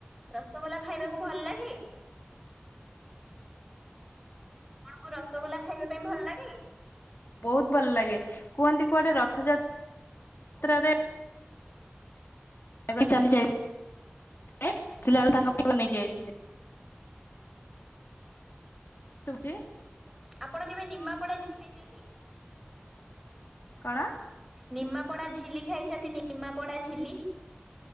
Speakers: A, in the centre; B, on the left.
A: ରସଗୋଲା ଖାଇବାକୁ ଭଲ ଲାଗେ? ଆପଣଙ୍କୁ ରସଗୋଲା ଖାଇବା ପାଇଁ ଭଲ ଲାଗେ?
B: ବହୁତ ଭଲ ଲାଗେ କୁହନ୍ତି କୁଆଡ଼େ ରଥଯାତ୍ରାରେ ଏବେ ଚାଲି ଯାଇଥିଲେ ବେଳେ ତାଙ୍କ ପୁଅ ନେଇକି ଆଇଥିଲେ। ଶୁଭୁଛି?
A: ଆପଣ କେବେ ନିମାପଡା ଝିଲି ଖାଇଛନ୍ତି?
B: କଣ?
A: ନିମାପୋଡା ଝିଲି ଖାଇଛନ୍ତି? ନିମାପଡା ଝିଲି?